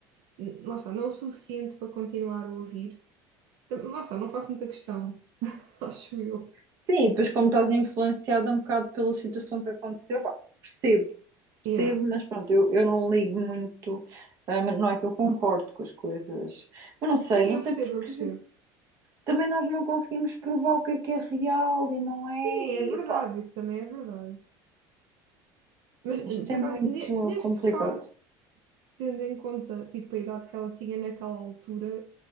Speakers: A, on the right (about 55°); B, on the right (about 35°).
A: hum, lá está, não o suficiente para continuar a ouvir. Tam- Lá está, não faço muita questão, <laughs> acho eu.
B: Sim, depois como estás influenciada um bocado pela situação que aconteceu, pá, percebo,
A: Yeah.
B: percebo, mas pronto, eu, eu não ligo muito, ah, mas não é que eu concordo com as coisas, eu não sei,
A: Sim,
B: não
A: eu
B: sei
A: percebo,
B: porque
A: eu percebo.
B: também nós não conseguimos provar o que é que é real e não é.
A: Sim,
B: E,
A: é verdade,
B: epá,
A: isso também é verdade. Mas hum,
B: isto
A: por
B: é
A: acaso,
B: muito
A: ne- neste
B: complicado.
A: caso, tendo em conta tipo, a idade que ela tinha naquela altura,